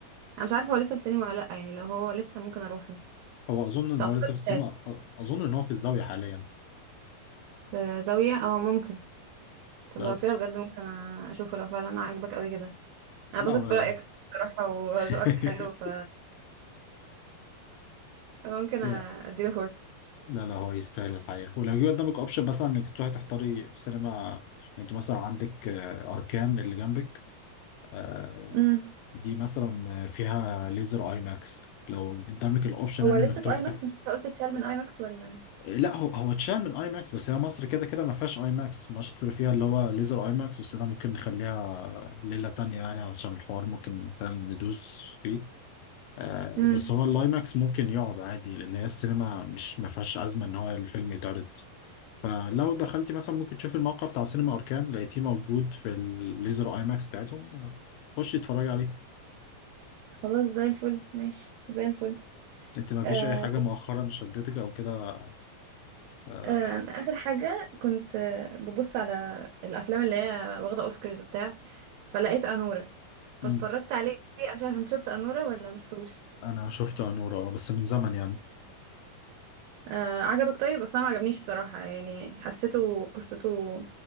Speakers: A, on the right; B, on the left.
A: انا مش عارفه هو لسه في السينما ولا لا يعني لو هو لسه ممكن اروحه
B: هو اظن ان
A: بس اعتقد
B: هو لسه في السينما
A: شاهد
B: أ- اظن ان هو في الزاويه حاليا
A: بزاويه اه ممكن طب
B: بس
A: لو كده بجد ممكن اشوفه لو فعلا عاجبك قوي كده انا
B: لا
A: بثق
B: هو
A: في رايك الصراحه وذوقك
B: <laughs>
A: حلو ف ممكن أ-
B: لا
A: اديله فرصه
B: لا لا هو يستاهل الحقيقه ولو جه قدامك اوبشن مثلا انك تروحي تحضري في سينما يعني انت مثلا عندك آه، اركان اللي جنبك آه،
A: امم
B: دي مثلا فيها ليزر اي ماكس لو قدامك الاوبشن
A: هو
B: يعني
A: لسه
B: انك
A: في
B: تروح
A: اي
B: تح...
A: ماكس انت لسه قلت اتفعل من اي ماكس ولا
B: لا هو هو اتشال من اي ماكس بس هي مصر كده كده ما فيهاش اي ماكس مصر فيها اللي هو ليزر اي ماكس بس ده ممكن نخليها ليله تانية يعني علشان الحوار ممكن فاهم ندوس فيه آه،
A: امم
B: بس هو الايماكس ممكن يقعد عادي لان هي السينما مش ما فيهاش ازمه ان هو الفيلم يتعرض فلو دخلتي مثلا ممكن تشوفي الموقع بتاع سينما اركان لقيتيه موجود في الليزر ايماكس بتاعتهم آه، خشي اتفرجي عليه
A: خلاص زي الفل ماشي زي الفل
B: انت ما فيش
A: آه
B: اي حاجه
A: كنت
B: مؤخرا شدتك او كده آه،
A: آه اخر حاجه كنت آه ببص على الافلام اللي هي واخده اوسكارز وبتاع فلقيت انوره فاتفرجت
B: مم.
A: عليه أنا مش عارفه انت شفت انوره ولا ما شفتوش
B: انا شفته انور اه بس من زمن يعني
A: آه عجبك طيب بس انا ما عجبنيش الصراحه يعني حسيته قصته